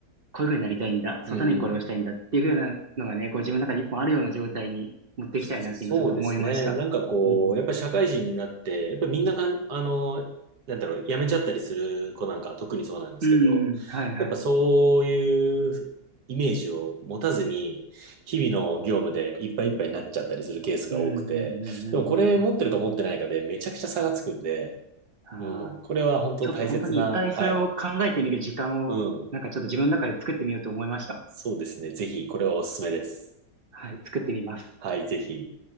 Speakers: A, on the right; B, on the right.
A: こういう風になりたいんだ、そのためにこれをしたいんだっていう風なのがね、
B: うんうん。
A: こう自分の中で一本あるような状態に持っていきたいなって今すごい思いました。
B: そうですね。なんかこう、
A: うんうん。
B: やっぱり社会人になって、やっぱりみんながあの、なんだろう、辞めちゃったりする子なんかは特にそうなんですけど、
A: うんうん、はいはい。
B: やっぱそういうイメージを持たずに、日々の業務でいっぱいいっぱいになっちゃったりするケースが多くて、
A: うんうんうんうんうんうん。
B: でもこれ持ってるか持ってないかでめちゃくちゃ差がつくんで、
A: ああ、
B: うん、これは本当大切な、
A: ちょっと本当に一回それを考えてみる時間を、
B: はい。うん、
A: なんかちょっと自分の中で作ってみようと思いました。
B: そうですね。ぜひ、これはおすすめです。
A: はい、作ってみます。
B: はい、ぜひ。